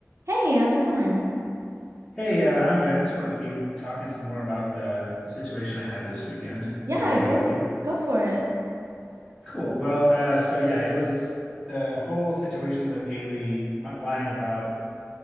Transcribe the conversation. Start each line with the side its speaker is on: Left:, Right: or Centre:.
Right: Hey, how's it going?
Centre: Hey, uh, I'm good. I just wanted to keep talking some more about the the situation I had this weekend,
Right: Yeah,
Centre: if that's okay
Right: go
Centre: with you.
Right: go for it.
Centre: Cool. Well, uh, so yeah, it was the whole situation with Kaylee uh, lying about